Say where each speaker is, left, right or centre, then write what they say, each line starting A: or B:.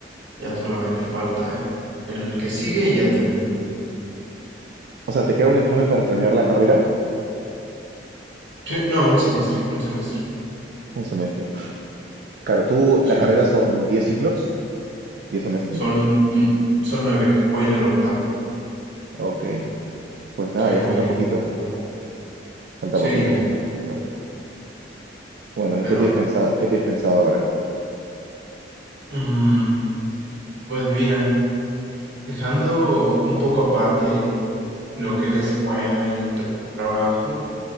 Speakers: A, on the right (about 75°); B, on the right (about 55°).
A: ya solamente falta el que sigue y ya termino.
B: O sea, ¿te queda un examen para terminar la carrera?
A: Sí, no, un semestre, un semestre.
B: Un semestre. Claro, tú, la
A: Sí,
B: carrera son 10 ciclos, 10 semestres.
A: son, son nueve, voy en el octavo.
B: Ok, pues nada,
A: Ahí
B: ya
A: voy,
B: falta
A: ahí
B: poquito,
A: voy.
B: falta
A: Sí,
B: poquito,
A: ya,
B: falta
A: ya.
B: poquito. Bueno, ¿y
A: Pero,
B: qué tienes pensado, qué tienes pensado ahora?
A: mm, pues mira. Dejando un poco aparte lo que es la escuela y el trabajo,